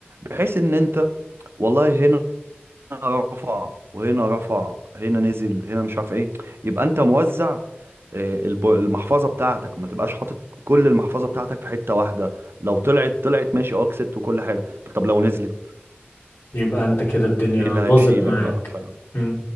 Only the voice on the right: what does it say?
بحيث ان انت والله هنا رفع وهنا رفع هنا نزل هنا مش عارف ايه يبقى انت موزع آه، الب- المحفظه بتاعتك ما تبقاش حاطط كل المحفظه بتاعتك في حته واحده لو طلعت طلعت ماشي اه كسبت وكل حاجه طب لو نزلت
ايه اللي
هيشيلك
بقى ف...